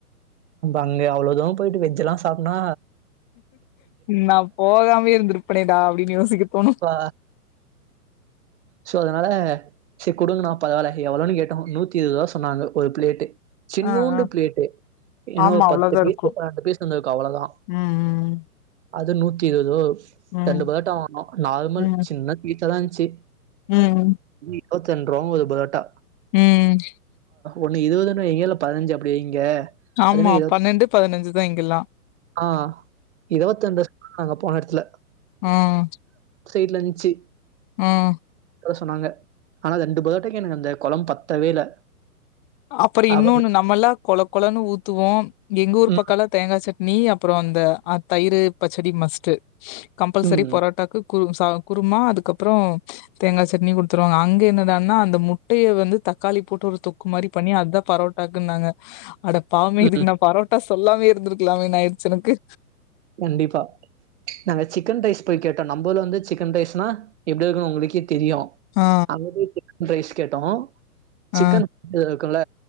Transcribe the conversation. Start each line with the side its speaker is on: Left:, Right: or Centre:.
Right: அங்க அவ்ளோ தூரம் போயிட்டு வெஜ் எல்லாம் <unintelligible>
Left: நான் போகாமே இருந்திருப்பனேடா அப்டின்னு யோசிக்க தோணு
Right: ப்பா சோ அதனால செரி கொடுங்கண்ணா பரவால்ல எவ்ளோன்னு கேட்டோம் நூத்தி இருபது ரூவா சொன்னாங்க ஒரு பிளேட்டு சின்னூண்டு
Left: ஆ ஆ
Right: பிளேட்டு என்ன
Left: ஆமா
Right: ஒரு பத்து
Left: அவ்ளோதா
Right: பீஸ்
Left: இருக்கு
Right: பன்னெண்டு பீஸ் வந்திருக்கும் அவ்வளோ தான்
Left: ம்
Right: அது நூத்தி இருவது ரூவா வரும்
Left: ம்
Right: ஆ நார்மல்
Left: ம்
Right: சின்னபீ ச்சாதான் இருந்துச்சு
Left: ம்
Right: நூத்தென்றுவா ஒரு ப்ரோட்டா
Left: ம்
Right: ஒன்னு இருபதுன்னு வைங்க இல்ல பதினஞ்சுன்னு அப்படி வைங்க
Left: ஆமா
Right: அது என்ன இருவத்
Left: பன்னெண்டு பதினஞ்சு தான் இங்கெல்லாம்
Right: ஆ இருவத்தஞ்த நாங்க போன ல
Left: ம்
Right: சைடுல இருந்ச்சு
Left: ம்
Right: அதான் சொன்னாங்க ஆனா ரெண்டு பர்டேக்கு அந்த குழம்பு பத்தவே இல்ல
Left: அப்புறோம்
Right: அப்ப
Left: இன்னொன்னு நம்ம எல்லாம் கொழ குழன்னு ஊத்துவோ எங்க ஊர்
Right: ம்
Left: பக்கால தேங்கா சட்னி அப்புறோ இந்த தயிர் பச்சடி மஸ்ட்டு கம்பல்சரி
Right: ம்
Left: போராோட்டாக்கு குரும்ஸ் அதா குருமா அதுக்கப்புறோ தேங்கா சட்னி கொடுத்துருவாங்க அங்க என்னடானா அந்த முட்டைய வந்து தக்காளி போட்டு ஒரு அத மாதிரி பண்ணி அத பரோட்டாக்குன்னாங்க அடப் பாவமே
Right: ம்
Left: இதுக்கு நா பரோட்டாஸ் சொல்லாமலே இருந்திருக்கலாமேனு ஆயிடுச்சு எனக்கு
Right: கண்டிப்பா நாங்க சிக்கன் ரைஸ் போய் கேட்டோ நம்மல வந்து சிக்கன் ரைஸ்னா எப்படி இருக்கு உங்களுக்கே தெரியு
Left: ஆ
Right: அங்க சிக்கன் ஃப்ரைஸ் கேட்டோ சிக்கன்
Left: ஆ
Right: அ க்குல